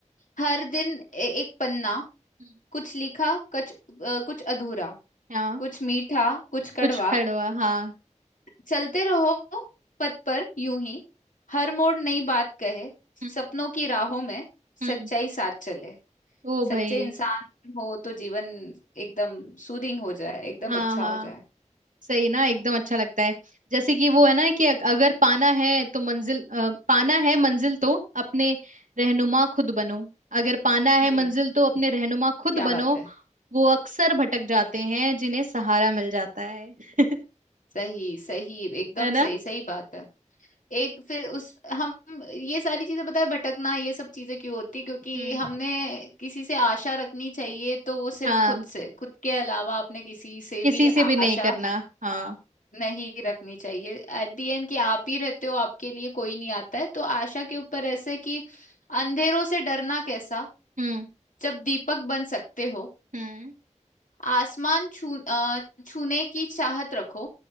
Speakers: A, on the left; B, on the right.
A: हर दिन ए- एक पन्ना
B: हम्म,
A: कुछ लिखा कुछ अ, कुछ अधूरा
B: हाँ
A: कुछ मीठा कुछ कड़वा
B: कुछ खड़वा हाँ
A: चलते रहो पथ पर यूं ही हर मोड़ नई बात कहे सपनों
B: हम्म
A: की राहों में
B: हम्म
A: सच्चाई साथ चले
B: ओ
A: सच्चे
B: भाई
A: इंसान हो तो जीवन एकदम सूदिंग हो जाए एकदम
B: हाँ
A: अच्छा
B: हाँ
A: हो जाए
B: सही ना एकदम अच्छा लगता है जैसे कि वो है ना कि अग- अगर पाना है तो मंजिल अ, पाना है मंजिल तो अपने रहनुमा खुद बनो अगर पाना है
A: हम्म
B: मंजिल तो अपने रहनुमा खुद
A: क्या
B: बनो
A: बात है
B: वो अक्सर भटक जाते हैं जिन्हें सहारा मिल जाता है
A: सही सही एकदम
B: है ना
A: सही सही बात है एक फिर उस हम ये सारी चीजें पता है भटकना ये सब चीजें क्यों होती क्योंकि
B: हम्म
A: हमने किसी से आशा रखनी चाहिए तो वो सिर्फ
B: हाँ
A: खुद से खुद के अलावा आपने किसी से
B: किसी
A: भी आशा
B: से भी नहीं करना हाँ
A: नहीं रखनी चाहिए एट दी एंड कि आप ही रहते हो आपके लिए कोई नहीं आता है तो आशा के ऊपर ऐसे कि अंधेरों से डरना कैसा
B: हम्म
A: जब दीपक बन सकते हो
B: हम्म
A: आसमान छू अ, छूने की चाहत रखो